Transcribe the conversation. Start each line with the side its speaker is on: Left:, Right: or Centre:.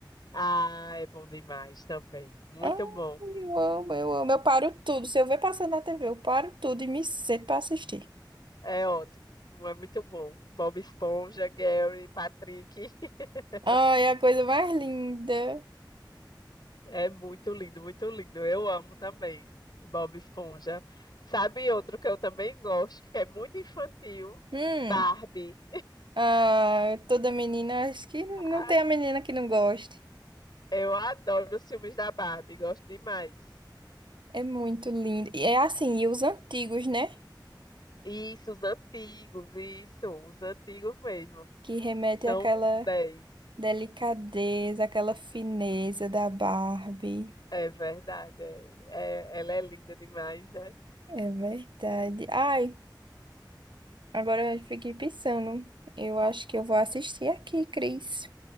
Left: Ah, é bom demais também. Muito
Right: Ah,
Left: bom.
Right: eu amo, eu amo. Eu paro tudo. Se eu ver passando na TV, eu paro tudo e me sento pra assistir.
Left: É ótimo, é muito bom. Bob Esponja, Gary, Patrick. <laughs>
Right: Ai, é a coisa mais linda.
Left: É muito lindo, muito lindo. Eu amo também Bob Esponja. Sabe outro que eu também gosto, que é muito infantil?
Right: Hum.
Left: Barbie.
Right: Ah, toda menina, acho que não
Left: <laughs>
Right: tem
Left: A-
Right: a menina que não goste.
Left: Eu adoro os filmes da Barbie, gosto demais.
Right: É muito lindo. E é assim, e os antigos, né?
Left: Isso, os antigos, isso, os antigos mesmo.
Right: Que remete
Left: São
Right: àquela
Left: 10.
Right: delicadeza, àquela fineza da Barbie.
Left: É verdade. é. É- ela é linda demais, né?
Right: É verdade. Ai, agora eu fiquei pensando. Eu acho que eu vou assistir aqui, Cris.